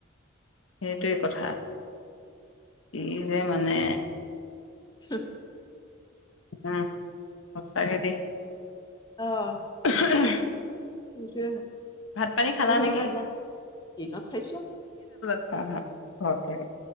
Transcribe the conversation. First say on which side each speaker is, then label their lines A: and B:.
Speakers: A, on the left (about 80°); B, on the left (about 20°).
A: সেইটোৱেই কথা ই যে মানে
B: হিম।
A: উম, সছাকে দেই।
B: অহ ',
A: <unintelligible>
B: সেইটয়ে
A: ভাত পানী খালা
B: কিহৰ
A: নেকি?
B: খাদনা দিনত খাইছো।
A: অহ, ঘৰত থাকে।